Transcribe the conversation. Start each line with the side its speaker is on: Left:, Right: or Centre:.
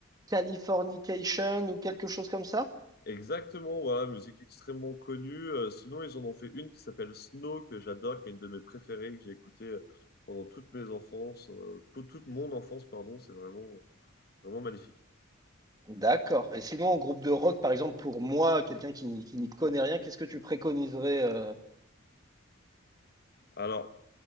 Right: Californication ou quelque chose comme ça?
Left: Exactement, voilà, musique extrêmement connue. Euh, sinon, ils en ont fait une qui s'appelle Snow, que j'adore, qui est une de mes préférées, que j'ai écoutée euh, pendant toute mes enfances, euh, pour toute mon enfance, pardon, c'est vraiment, vraiment magnifique.
Right: D'accord. Et sinon, en groupe de rock, par exemple, pour moi, quelqu'un qui, n'y- qui n'y connaît rien, qu'est-ce que tu préconiserais euh,
Left: Alors,